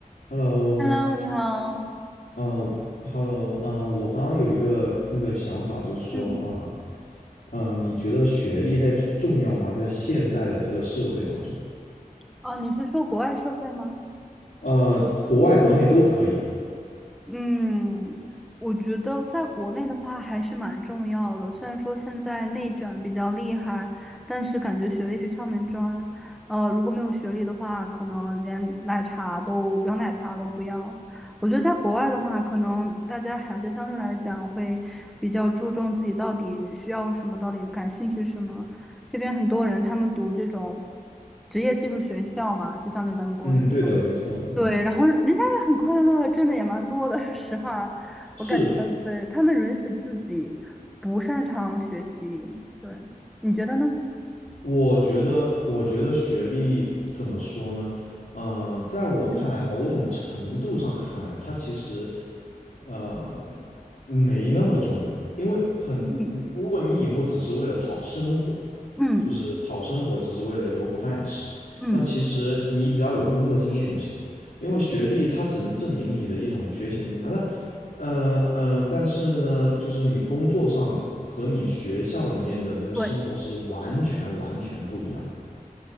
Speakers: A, on the left; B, in the centre.
A: Hello，
B: Hello，你好。
A: 嗯、h e l l o 嗯、我刚刚有一个那个想法，就是说啊，
B: 嗯，
A: 呃，你觉得学历在重重要吗？在现在的这个社会当中，
B: 哦，你是说国外社会吗？
A: 呃，国外国内都可以。
B: 嗯，我觉得在国内的话还是蛮重要的。虽然说现在内卷得比较厉害，但是感觉学历是敲门砖。呃，如果没有学历的话，可能连奶茶都摇奶茶都不要。我觉得在国外的话，可能大家还是相对来讲会比较注重自己到底需要什么，到底感兴趣什么。这边很多人他们读这种职业技术学校嘛，就相当于咱们国内。
A: 嗯，对的，没错，嗯，
B: 对，然后人家也很快乐，挣的也蛮多的。<laughs> 说实话，
A: 是，
B: 我感觉对他们允许自己不擅长学习，对，你觉得呢？
A: 我觉得，我觉得学历怎么说呢？嗯、在我看来，
B: 嗯
A: 某种程度上看来，它其实呃没那么重要，因为很，
B: 嗯
A: 如果你以后只是为了讨生活，
B: 嗯
A: 就是讨生活，只是为了有口饭吃，
B: 嗯，
A: 那其实你只要有工作经验就行了。因为学历它只能证明你的一种学习能力嘛，那呃呃，但是呢，就是你工作上和你学校里面的那个生活是完全完全不一样的。
B: 对，